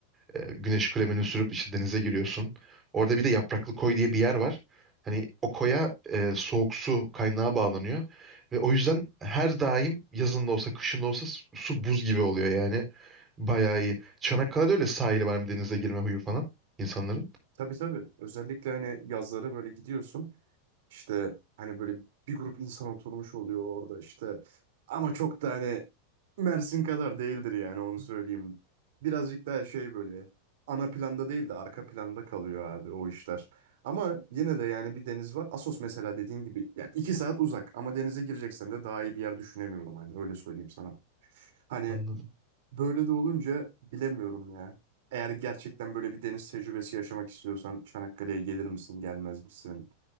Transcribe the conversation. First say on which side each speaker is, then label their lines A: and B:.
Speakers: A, on the right; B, on the right.
A: Ee, güneş kremini sürüp işte denize giriyorsun. Orada bir de Yapraklı Koy diye bir yer var. Hani o koya ee, soğuk su kaynağı bağlanıyor. Ve o yüzden her daim yazın da olsa kışın da olsa su su buz gibi oluyor yani. Bayağı iyi. Çanakkale'de öyle sahili var hem denize girme huyu falan insanların.
B: Tabii tabii. Özellikle hani yazları böyle gidiyorsun. İşte hani böyle bir grup insan oturmuş oluyor orada işte. Ama çok da hani Mersin kadar değildir yani onu söyleyeyim. Birazcık daha şey böyle ana planda değil de arka planda kalıyor abi o işler. Ama yine de yani bir deniz var. Assos mesela dediğim gibi yani iki saat uzak ama denize gireceksen de daha iyi bir yer düşünemiyorum hani öyle söyleyeyim sana. Hani
A: Anladım.
B: böyle de olunca bilemiyorum ya. Eğer gerçekten böyle bir deniz tecrübesi yaşamak istiyorsan Çanakkale'ye gelir misin, gelmez misin?